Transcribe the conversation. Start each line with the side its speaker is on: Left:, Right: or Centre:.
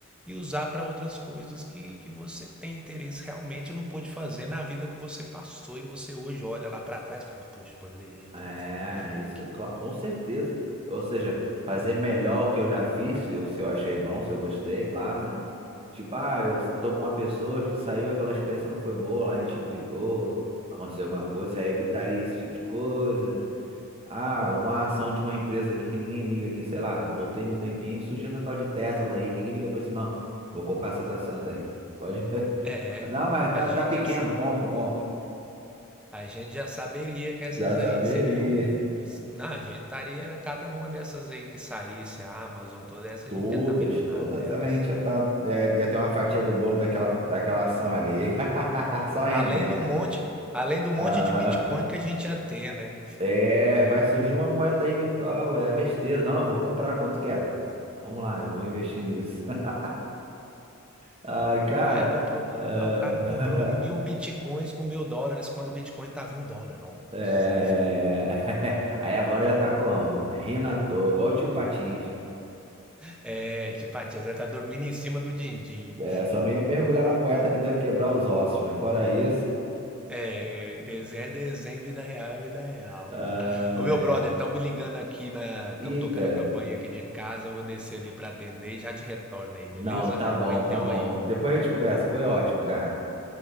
Centre: e usar para outras coisas que, que você tem interesse realmente e não pôde fazer na vida que você passou e você hoje olha lá para trás e fala, poxa, eu poderia ter
Right: É,
Centre: feito
Right: isso,
Centre: aquilo.
Right: cla- com certeza. Ou seja, fazer melhor o que eu já fiz, se eu, se eu achei bom, se eu gostei, claro, né? Tipo, ah, eu tô com uma pessoa, a gente saiu, aquela experiência não foi boa, lá a gente brigou, aconteceu alguma coisa, já evitaria esse tipo de coisa. Ah, uma ação de uma empresa aqui que ninguém liga aqui, sei lá, voltei num tempinho, surgiu essa tal de Tesla aí, ninguém liga pra isso não. Vou comprar essas ações aí. Pode. <laughs> ver.
Centre: É,
Right: Não, mas
Centre: a
Right: tá,
Centre: gente
Right: tá pequeno,
Centre: já, sa-
Right: compro, compro.
Centre: A gente já saberia que essas
Right: Já
Centre: aí
Right: saberia.
Centre: seriam. Não, a gente estaria. Cada uma dessas aí que saísse, a Amazon, toda essa,
Right: Todas,
Centre: a gente já tá milionário
Right: todas
Centre: nelas.
Right: elas a gente já tá. é, ia ter uma fatia do bolo daquela, daquela ação ali. <laughs> Só render.
Centre: Além do monte, além do monte
Right: Ah,
Centre: de Bitcoin que a gente ia ter, né?
Right: é, vai surgir uma moeda aí virtual, é besteira. Não, eu vou comprar quanto quer. Vamos lá, eu vou investir nisso. <laughs> Ai, cara.
Centre: Ah, comprou.
Right: ah,
Centre: Ah, o cara comprou mil Bitcoins com mil dólares quando o Bitcoin tava em um dólar. Nossa.
Right: <laughs> é, <laughs> Aí agora eu ia estar como? Rindo à toa, igual o tio Patins.
Centre: É, tipo, a tia Zé tá dormindo em cima do din-din.
Right: É, só não ia mergulhar na moeda que deve quebrar os ossos, mas fora isso.
Centre: É, desenho é desenho, vida real é vida real.
Right: ai,
Centre: Ô meu brother, estão me ligando aqui na. Estamos
Right: Eita.
Centre: tocando a campainha aqui de casa. Eu vou descer ali pra atender e já te retorno aí, beleza?
Right: Não, tá bom,
Centre: Aguenta
Right: tá
Centre: eu
Right: bom.
Centre: aí.
Right: Depois a gente conversa. Foi ótimo, cara.